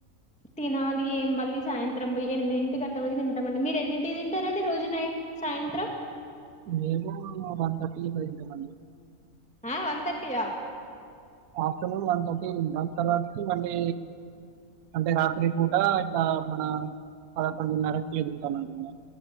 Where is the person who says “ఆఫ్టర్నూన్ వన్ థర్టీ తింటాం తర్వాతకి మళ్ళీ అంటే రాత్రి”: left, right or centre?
Right